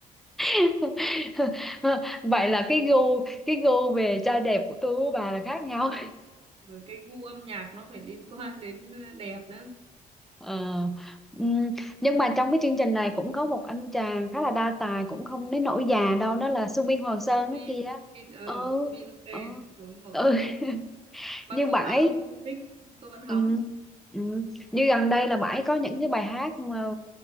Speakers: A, in the centre; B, on the right.
A: <laughs> vậy là cái gu cái gu về trai đẹp của tôi với bà là khác nhau
B: Rồi cái gu âm nhạc nó phải liên quan đến ờ, đẹp nữa
A: Ờ, ừm, nhưng mà trong cái chương trình này cũng có một anh chàng khá là đa tài cũng không đến nỗi già đâu đó là Subin Hoàng Sơn
B: Subin
A: đó kia
B: Subin, ừ
A: ừ
B: Subin ok
A: ừ
B: đúng rồi
A: ừ <laughs>
B: mặc
A: như
B: dù
A: bạn
B: là
A: ấy
B: không không thích tôi vẫn hóng
A: ừ, ừ. như gần đây là bạn ấy có những cái bài hát mà